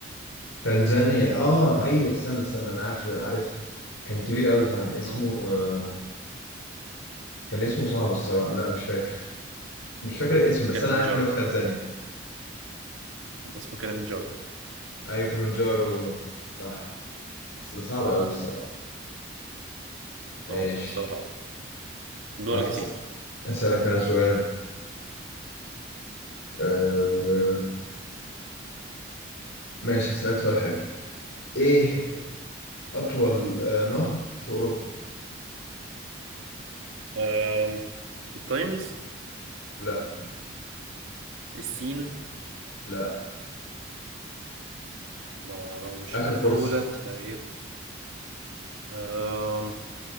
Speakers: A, on the left; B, on the right.
A: تنزانيا اه ايوه استنى استنى انا عارف عارف كان كبير قوي فعلا اسمه
B: مم.
A: آه، كان اسمه صعب الصراحة لا مش فاكر مش فاكر الاسم بس
B: كليمنجارو
A: انا عارف ان هو في تنزانيا
B: اسمه كليمنجارو
A: ايوه كليمنجارو صح بس ده صعب قوي الصراحة ماشي
B: اه آه، الصراحة آه. دورك
A: خلاص
B: يا
A: هسألك
B: سيدي
A: هسألك انا سؤال آه... ماشي هسألك سؤال حلو ايه
B: قول لي.
A: أطول آه، نهر في أوروبا
B: آم، التايمز
A: لا
B: السين
A: لا
B: ما لو مش
A: آخر فرصة
B: دولت هيبقى أم،